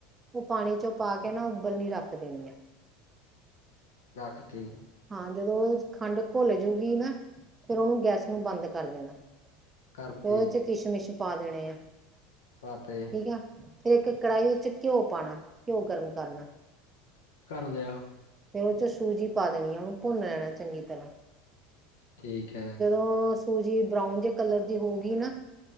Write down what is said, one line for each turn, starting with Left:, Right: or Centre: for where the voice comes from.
Right: ਉਹ ਪਾਣੀ ਚੋਂ ਪਾ ਕੇ ਨਾ ਉਬਲਣੀ ਰੱਖ ਦੇਣੀ ਆ।
Left: ਅਖਤੀ।
Right: ਹਾਂ ਜਦੋ ਔ ਖੰਡ ਘੁਲ ਜੂ ਗੀ ਨਾ, ਫੇਰ ਉਹਨੂੰ ਗੈਸ ਨੂੰ ਬੰਦ ਕਰ ਦੇਣਾ।
Left: ਕਰਤੀ
Right: ਤੇ ਉਹਦੇ ਚ ਕਿਸ਼ਮਿਸ਼ ਪਾ ਦੇਣੇ ਆ,
Left: ਪਾਤੇ
Right: ਠੀਕ ਆ। ਇੱਕ ਕੜਾਹੀ ਵਿੱਚ ਘਿਓ ਪਾਣਾ, ਘਿਓ ਗਰਮ ਕਰਨਾ।
Left: ਕਰ ਲਿਆ।
Right: ਫੇਰ ਉਹ ਚ ਸੂਜੀ ਪਾ ਦੇਣੀ ਆ ਉਹਨੂੰ ਭੁੰਨ ਲੈਣਾ ਚੰਗੀ ਤਰ੍ਹਾਂ।
Left: ਠੀਕ ਹੈ।
Right: ਅ ਸੂਜੀ ਬਰਾਊਨ ਜੇ ਕਲਰ ਦੀ ਹੋਗੀ ਨਾ